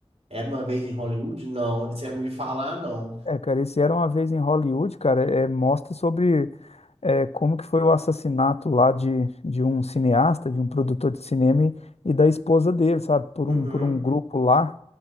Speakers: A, on the right; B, on the left.
A: era uma vez em Hollywood? Não, esse eu não vi falar, não.
B: É, cara, esse Era Uma Vez em Hollywood, cara, é, mostra sobre é, como que foi o assassinato lá de, de um cineasta, de um produtor de cinema e e da esposa dele, sabe? Por
A: Uhum.
B: um, por um grupo lá,